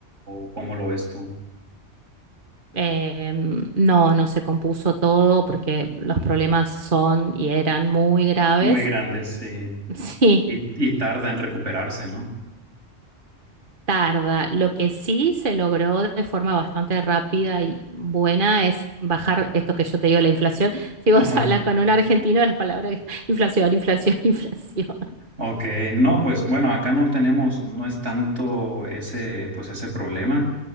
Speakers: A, on the right; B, on the right.
A: o cómo lo ves tú?
B: Em, no, no se compuso todo porque los problemas son y eran muy graves.
A: Muy grandes, sí.
B: <laughs> Sí,
A: Y, y tarda en recuperarse, ¿no?
B: tarda. Lo que sí se logró de forma bastante rápida y buena es bajar esto que yo te digo, la inflación. <laughs> Si
A: Ajá.
B: vos hablas con un argentino, las palabras <laughs> inflación, inflación, inflación.
A: Ok, no, pues bueno, acá no tenemos, no es tanto ese, pues ese problema,